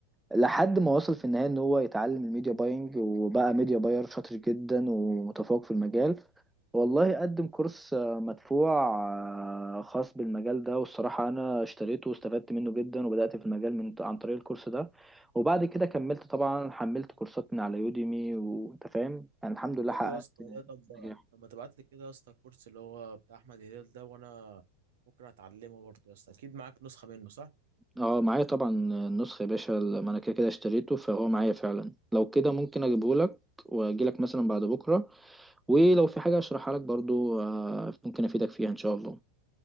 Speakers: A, in the centre; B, on the right.
A: لحد ما وصل في النهايه ان هو يتعلم الميديا باينج وبقى ميديا باير شاطر جدا ومتفوق في المجال والله قدم كورس آه، مدفوع آه، خاص بالمجال ده والصراحه انا اشتريته واستفدت منه جدا وبدات في المجال من عن طريق الكورس ده وبعد كده كملت طبعا حملت كورسات من على يوديمي وانت فاهم يعني الحمد لله
B: حلو
A: حققت
B: يا اسطى والله طب
A: نجاح
B: طب ما تبعت لي كده يا اسطى الكورس اللي هو بتاع احمد هلال ده وانا ممكن اتعلمه برضه يا اسطى اكيد معاك نسخه منه صح
A: اه معايا طبعا النسخة يا باشا ما انا كده كده اشتريته فهو معايا فعلا لو كده ممكن اجيبه لك واجي لك مثلا بعد بكرة ولو في حاجة اشرحها لك برضو آه، ممكن افيدك فيها ان شاء الله